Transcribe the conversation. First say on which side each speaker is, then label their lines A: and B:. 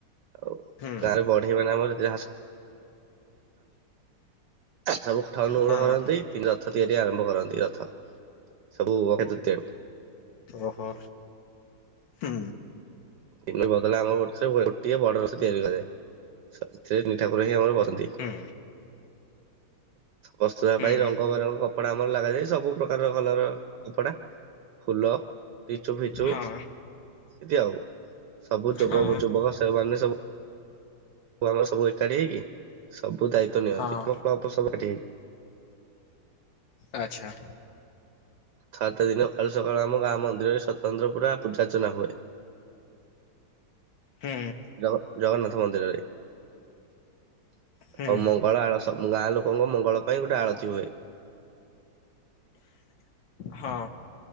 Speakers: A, on the right (about 70°); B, on the left (about 80°).
A: ଆଉ
B: ହୁଁ
A: ଗାଁରେ ବଢେଇ ମାନେ ଆମର ଯାହା ସ ସବୁରଥ ଅନୁକୂଳ
B: ହଁ
A: କରନ୍ତି ତିନି ରଥ ତିଆରି ଆରମ୍ଭ କରନ୍ତି ରଥ ସବୁ ଅକ୍ଷୟ ତୃତୀୟାରୁ।
B: ଓହୋ ହୁଁ।
A: ଦିନ ବଦଳେ ଆମର ଗୋଟେ ଥର ଗୋଟିଏ ବଡ ରଥ ତିଆରି କରାଯାଏ ଏଥିରେ ତିନି ଠାକୁର ହିଁ ଆମର ବସି ନ୍ତି
B: ହୁଁ
A: ବସ୍ତ୍ର
B: ହୁଁ
A: ପାଇଁ ରଙ୍ଗ ବେରଙ୍ଗ କପଡା ଆମର ଲାଗାଯାଏ ସବୁ ପ୍ରକାରର କଲର କପଡା ଫୁଲ ଲିଚୁ ଫିଚୁ
B: ହଁ
A: ଏମତି ଆଉ। ସବୁ ଯୋଗ
B: ହଁ
A: ଯୁବକ ସେ ମାନେ ସବୁ। ପୁଅ ଆମ ସବୁ ଏକାଠି ହେଇକି ସବୁ ଦାୟିତ୍ବ ନିଅନ୍ତି
B: ହଁ
A: ଆମ କ୍ଲବ ସବୁ ଏଠି ହେଇକି।
B: ଆଚ୍ଛା।
A: ଛାତ ଦିନ ସକାଳୁ ସକାଳୁ ଆମ ଗାଁ ମନ୍ଦିରରେ ସ୍ୱତନ୍ତ୍ର ପୁରା ପୂଜାର୍ଚ୍ଚନା ହୁଏ।
B: ହୁଁ
A: ଜଗ ଜଗନ୍ନାଥ ମନ୍ଦିରରେ
B: ହୁଁ
A: ଆଉ ମଙ୍ଗଳା ଆଳସ ଗାଁ ଲୋକଙ୍କ ମଙ୍ଗଳ ପାଇଁ ଗୋଟେ ଆଳତି ହୁଏ।
B: ହଁ,